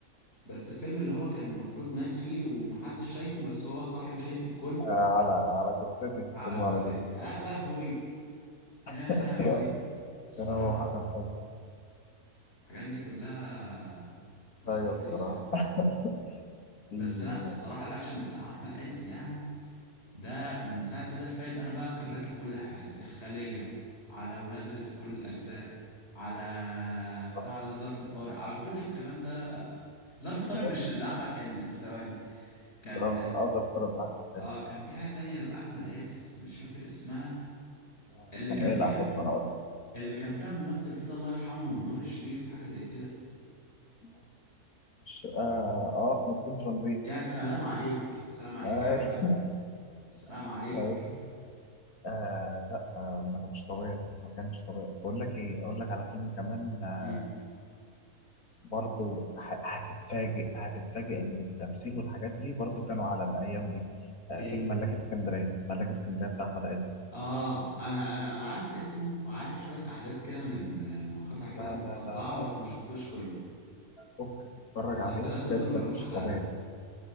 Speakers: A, on the left; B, on the left.
A: بس الفيلم اللي هو كان المفروض مات فيه ومحدش شايفه بس هو صاحي وشايف الكل
B: آه، على على جثتي
A: على
B: فيلم
A: جثتي
B: على جثتي
A: يا لهوي يا
B: <laughs>
A: لهوي
B: أيوة،
A: الصراحة
B: كان هو حسن حسني
A: الحاجات دي كلها ماستر
B: أيوه
A: بيس
B: الصراحة
A: يعني
B: <laughs> في-
A: بس لا الصراحة الأكشن بتاع أحمد عز يعني ده من ساعة بدل فايد أنا بقى كررت له كل حاجة الخلية على ولاد رزق كل الأجزاء على
B: بالظبط
A: بتاع ده ظرف طارق على كل الكلام ده ظرف طارق
B: ولاد
A: مش ده احمد حلمي ثواني كان
B: في أظهر طلب أحمد
A: اه
B: حلمي
A: كان في حاجه تانية لاحمد عز مش فاكر اسمها
B: آه،
A: اللي
B: كان
A: كان
B: إيه
A: فيها
B: الأحداث وأنا أقول
A: اللي كان فيها ممثل كده الله يرحمه نور الشريف حاجه زي كده
B: لك. مش اه, آه مسجون ترانزيت
A: يا سلام عليك سلام عليك
B: اي
A: يا احمد سلام عليك
B: اي آه لا آه ما كانش طبيعي ما كانش طبيعي بقول لك ايه اقول لك على فيلم كمان آه
A: امم
B: برضو ه- هتتفاجئ هتتفاجئ ان التمثيل والحاجات دي برضو كانوا على الايام دي آه
A: ايه
B: فيلم ملاك اسكندريه ملاك اسكندريه بتاع احمد عز
A: اه انا انا انا عارف اسمه وعارف شويه احداث كده من آه، مقاطع كده
B: لا
A: متقطعه
B: لا لا لا
A: بس ما شفتوش كله
B: فكك تتفرج
A: هما
B: عليه
A: التلاته
B: بجد
A: دول ملهمش
B: مش
A: حل
B: طبيعي